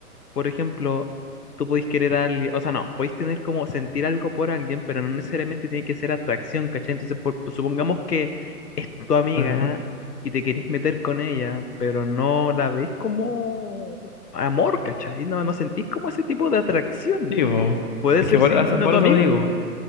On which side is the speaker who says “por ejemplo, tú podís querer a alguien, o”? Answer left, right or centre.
Left